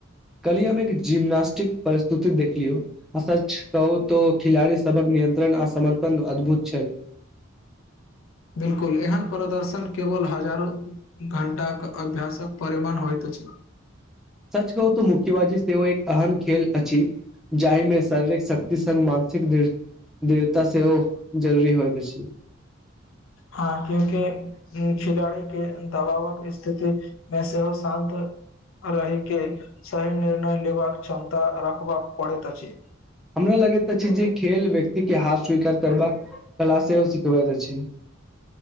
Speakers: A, in the centre; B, on the left.
A: कलिया में एक जिम्नास्टिक परिस्तुति देख लियौ अ सच कहू तो खिलाड़ी सबक में नियंत्रण आ समर्पण अद्भुत छैन
B: बिलकुल एहन प्रदर्शन केवल हजारो घंटा के अभ्यासक परिमाण होइत अछि
A: सच कहू तऽ मुख्यबाजी सेव एक अहन खेल अछि जाहि में शारीरिक शक्ति स मानसिकवृत दृढ़ता से ओ जरूुरी होइत अछि
B: हँ क्यूकि खिलाड़ी के दबावक स्थिति मे सेहो शांंन्त रहि के सही निर्णय लेबाक क्षमता राख बाक पड़ैत अछि
A: हमरा लगैत अछि जे खेल व्यक्ति के हार स्वीकार करबाक कला सेहो सिखबैत अछि <inaudible>